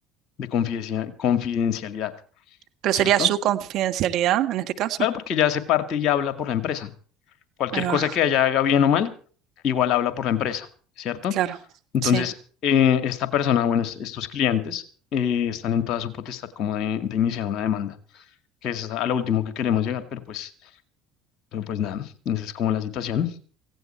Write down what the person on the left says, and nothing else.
de confidencia- confidencialidad,
¿cierto?
Claro, porque ella hace parte y habla por la empresa. Cualquier
cosa que ella haga bien o mal, igual habla por la empresa, ¿cierto?
Entonces,
eh, esta persona, bueno, es- estos clientes eh, están en toda su potestad como de, de iniciar una demanda, que es a lo último que queremos llegar, pero pues, pero pues nada, esa es como la situación,